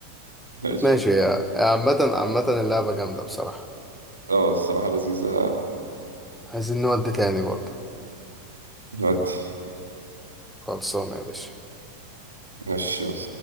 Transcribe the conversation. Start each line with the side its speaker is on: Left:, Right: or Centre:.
Right: <laughs> ماشي.
Centre: ماشي يا يا عامة عامة اللعبة جامدة بصراحة
Right: اه الصراحه لذيذه
Centre: عايزين نودي تاني برضه
Right: نودي
Centre: خلصانة يا باشا
Right: ماشي يلا.